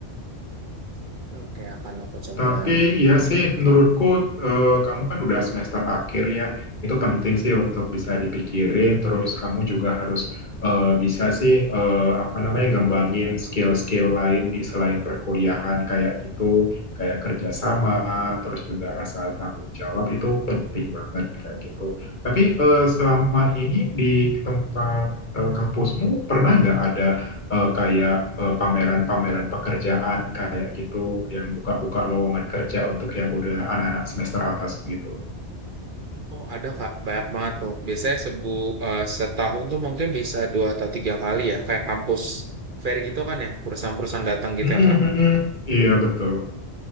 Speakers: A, on the right; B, on the left.
A: Oke oke akan aku coba
B: Tapi
A: berkembang.
B: ya sih menurutku eh, kamu kan udah semester akhir ya. Itu penting sih untuk bisa dipikirin. Terus kamu juga harus eh, bisa sih eh, apa namanya ngembangin skill-skill lain di selain perkuliahan kayak gitu, kayak kerjasama, terus juga rasa tanggung jawab itu penting banget kayak gitu. Tapi eh, selama ini di tempat eh, kampusmu pernah nggak ada eh, kayak eh, pameran-pameran pekerjaan kayak gitu yang buka-buka lowongan kerja untuk yang udah anak-anak semester atas gitu.
A: Oh ada Kak, banyak banget tuh. Biasanya sebu eh, setahun tuh mungkin bisa dua atau tiga kali ya, kayak kampus fair gitu kan ya, perusahaan-perusahaan datang gitu
B: Mm,
A: ya
B: mm,
A: Kak.
B: mm. Iya betul.